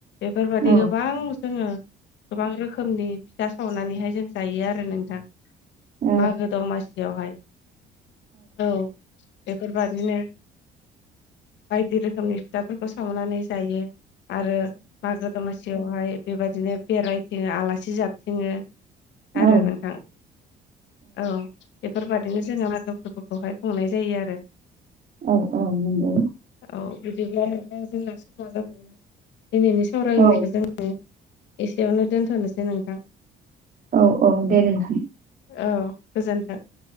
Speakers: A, on the left; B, on the right.
A: बेफोरबायदि
B: औ
A: गोबां जोङो गोबां रोखोमनि फिथा सावनानैहाय जों जायो आरो नोंथां।
B: औ
A: मागो दमासियावहाय औ बेफोरबादिनो बायदि रोखोमनि फिथाफोरखौ सावनानै जायो। आरो मागो दमासियावहाय बेबायदिनो बेरायथिङो आलासि जाबथिङो
B: औ
A: आरो नोंथां। औ बेफोरबायदिनो जोङो मागो फोरबोखौहाय खुंनाय जायो आरो
B: औ औ नंगौ।
A: औ बिदिब्ला आरो दा जोंना समा जाबाय दिनैनि सावरायलायनायखौ
B: औ
A: जोङो एसेयावनो दोनथ'नोसै नोंथां।
B: औ औ दे नोंथां।
A: औ गोजोन्थों।